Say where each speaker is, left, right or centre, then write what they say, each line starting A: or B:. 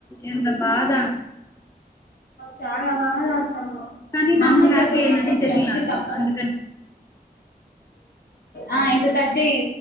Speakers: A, on the left; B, on the left.
A: ఎంత బాధ
B: చాలా బాధ అసలు
A: కానీ
B: మామ్మకి
A: నాకు హ్యాపీ
B: చెప్తే
A: ఏందంటే
B: తిట్టిది
A: చెట్లు
B: అందుకే
A: నాటడం
B: చెప్పలే
A: అందుకని
B: ఆ ఇంక కట్ చేయ్